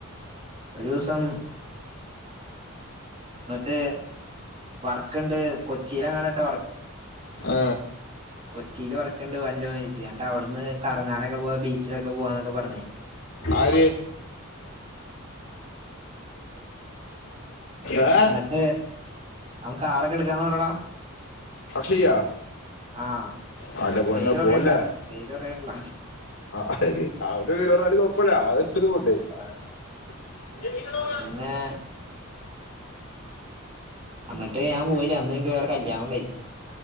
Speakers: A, on the right (about 30°); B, on the left (about 70°).
A: റിസം എന്നിട്ട് വർക്ക്ണ്ട് കൊച്ചിയിലെങ്ങാനട്ടെ
B: ആ
A: കൊച്ചില് വർക്ക്ണ്ട് വണ്ടൊ എന്നട്ട് അവിട്ന്ന് കറങ്ങാനൊക്കെ പോവാ ബീച്ചിലൊക്കെ പോവാന്നൊക്കെ പറ ഞ്ഞ്
B: ആര് ഏഹ്
A: ന്നട്ട് അവൻ കാറൊക്കെ എടുക്കാന്ന് പറയടാ
B: അക്ഷയ്യാ
A: ആ
B: അവന്റെ പൊന്നോ
A: പേര് പറയണ്ട
B: പോല്ലേ
A: പേര് പറയണ്ട
B: ആ അവന്റെ തീരറാലും കൊപ്പല്ല അത് <unintelligible>
A: ആ, പിന്നെ ന്നട്ട് ഞാൻ പോയി അന്ന്ൻക്ക് വേറെ കല്യാണം ഉണ്ടായി